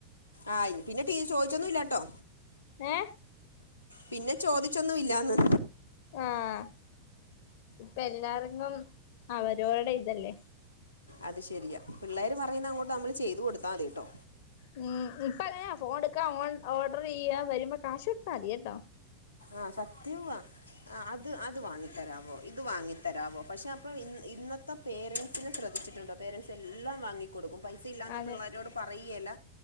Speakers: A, on the left (about 80°); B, on the left (about 50°).
A: ആഹ്. ഇ പിന്നെ ടീ ചോദിച്ചൊന്നും ഇല്ലാട്ടൊ.
B: ഏ
A: പിന്നെ ചോദിച്ചൊന്നും ഇല്ലാന്ന്.
B: ആഹ്. ഇപ്പ എല്ലാർക്കും അവരോര്ടെ ഇതല്ലേ.
A: അത് ശരിയ. പിള്ളേര് പറയുന്ന അങ്ങോട്ട് അമ്മള് ചെയ്ത് കൊടുത്താ മതിട്ടോ.
B: ഉം. പ്പ അങ്ങനെയാ ഫോൺട്ക്കാ ഓൺ ഓഡർ ചെയ്യാ വരുമ്പൊ കാശ് കൊട്ത്താമതി എട്ടൊ.
A: ആഹ്. സത്യവ. അ അത് അത് വാങ്ങിത്തരാവോ. ഇത് വാങ്ങി തരാവൊ. പക്ഷേ അപ്പൊ ഇന്ന ഇന്നത്തെ പേരൻസിനെ ശ്രദ്ധിച്ചിട്ടുണ്ടൊ? പേരൻ്റ്സ് എല്ലാം വാങ്ങി കൊടുക്കും. പൈസ ഇല്ലാന്ന്
B: അതെ
A: പിള്ളേരോട് പറയ്‌യേല്ല.